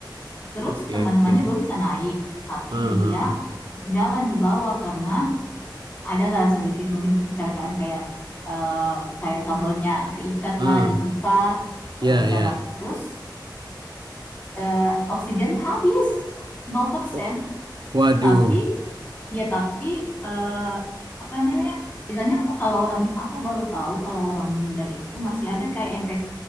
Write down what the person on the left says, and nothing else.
Terus
teman-temannya
dua bisa naik, tapi
dia ketinggalan di bawah karena adalah sedikit mungkin kecelakaan kayak eh, kayak kabelnya keikat
lah di pipa kalau
nggak
salah terus eh, oksigennya habis 0%
tapi ya tapi eh, apa namanya biasanya kalau orang aku baru tahu kalau orang meninggal itu masih ada kayak efek